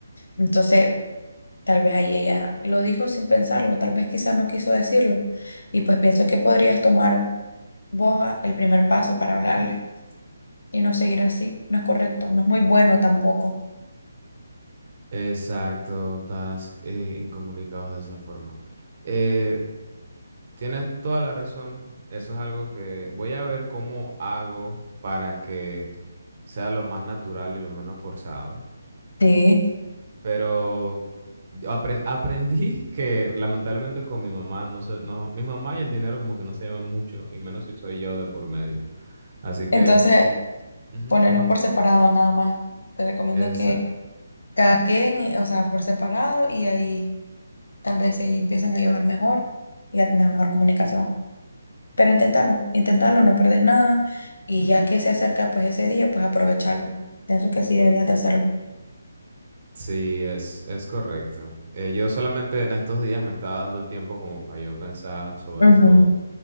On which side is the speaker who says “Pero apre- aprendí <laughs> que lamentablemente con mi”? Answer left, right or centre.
Right